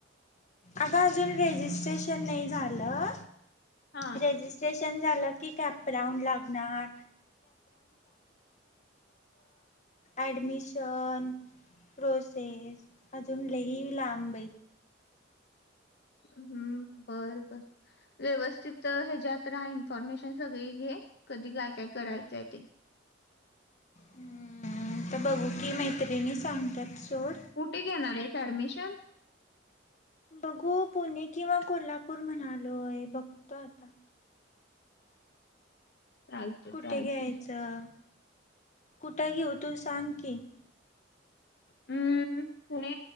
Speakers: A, on the left; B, on the left.
A: अग अजून रजिस्ट्रेशन नाही झालं
B: हा
A: रजिस्ट्रेशन झालं ना तिथे आपण लागणार ऍडमिशन प्रोसेस अजून लय लांब
B: हम् बर बर व्यवस्थित हच्यातहा इन्फॉर्मेशन सगळी घ कधी काय काय करायचंय ते
A: हम्म तर बघू कि मैत्रिणी सांगतात सोड.
B: कुठे घेणार आहेस ऍडमिशन
A: बघू पुणे किंवा कोल्हापूर म्हणालोय बघतो आता
B: चालतं
A: कुठे
B: चालत.
A: घ्यायचं कुठं घेऊ तू सांग की?
B: पुणे..